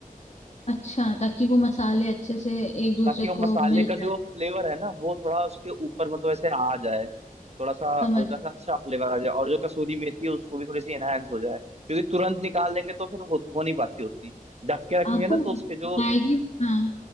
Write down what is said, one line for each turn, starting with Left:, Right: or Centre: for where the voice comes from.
Left: अच्छा ताकि वो मसाले अच्छे से एक दूसरे
Right: ताकि वो मसाले
Left: को मिल
Right: का
Left: जाए
Right: जो फ्लेवर है ना वो थोड़ा उसके ऊपर मतलब ऐसे आ जाए थोड़ा सा
Left: समझ
Right: हल्का सा अच्छा फ्लेवर आ जाए और जो कसूरी मेथी है उसको भी थोड़ी सी एनहांस हो जाए क्योंकि तुरंत निकाल लेंगे तो फिर हो, हो नहीं पाती उतनी ढक के रखेंगे
Left: आपको
Right: ना
Left: म-
Right: तो उसके जो
Left: मैगी हाँ